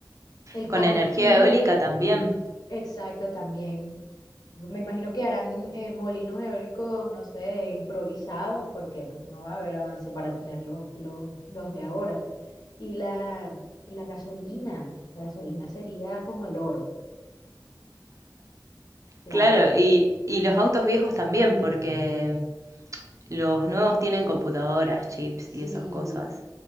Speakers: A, on the left (about 65°); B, on the right (about 45°).
A: El
B: con
A: combustible,
B: energía eólica también.
A: exacto, también. Me imagino que harán eh, molinos eólicos, no sé, improvisados, porque no, no va a haber avance para tener los, los, los de ahora. Y la, la gasolina, la gasolina sería como el oro, claro.
B: Claro, y, y los autos viejos también, porque los nuevos tienen computadoras, chips
A: sí.
B: y esas cosas.